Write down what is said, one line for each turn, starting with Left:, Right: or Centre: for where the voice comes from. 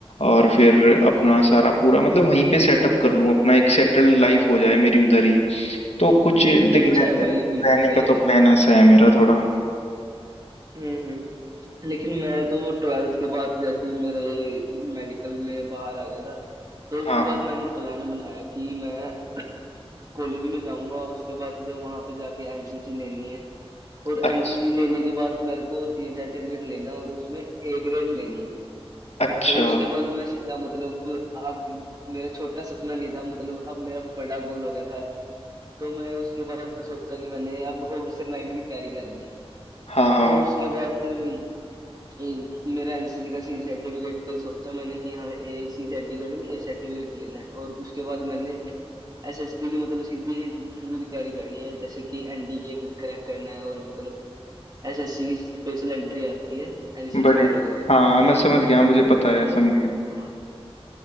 Left: और फिर अपना सारा पूरा मतलब वहीं पे सेटअप कर लूं अपना एक सेटल्ड लाइफ हो जाए मेरी उधर ही तो कुछ देख
Right: नहीं अच्छा
Left: रह,
Right: है भाई
Left: रहने
Right: बिल्कुल सही
Left: का तो
Right: है
Left: प्लान ऐसा है मेरा थोड़ा
Right: हम्म हम्म। लेकिन मैं तो ट्वेल्थ के बाद जैसे ही मेरा ये मेडिकल में बाहर आ गया था तो उसके
Left: हाँ
Right: बाद
Left: हाँ
Right: मैंने प्लान बनाया कि मैं कॉलेज में जाऊंगा उसके बाद वहां पे जाके एनसीसी लेनी है और एनसीसी
Left: अच्छा
Right: लेने के बाद मेरे को सी सर्टिफिकेट लेना है और उसमें ए ग्रेड लेनी है
Left: अच्छा
Right: तो उसके बाद मैं सीधा मतलब अब मेरा छोटा सपना नहीं था मतलब अब मेरा बड़ा गोल हो गया था तो मैं उसके बाद सोचा कि मैंने अब ऑफिसर लाइन की तैयारी करनी है
Left: हाँ हाँ
Right: तो उसके बाद अ, मेरा एनसीसी का सी सर्टिफिकेट पे सोचा मैंने कि हाँ ए सी सर्टिफिकेट में ए सर्टिफिकेट लेना है और उसके बाद मैंने एसएसबी की मतलब सीधी इंटरव्यू की तैयारी करनी है जैसे कि एनडीए क्रैक करना है और मतलब एसएससी की स्पेशल एंट्री आती है एनसीसी
Left: बढ़िया
Right: वालों के लिए
Left: हाँ मैं समझ गया मुझे पता
Right: तो
Left: है
Right: मैं
Left: समझ गया
Right: हाँ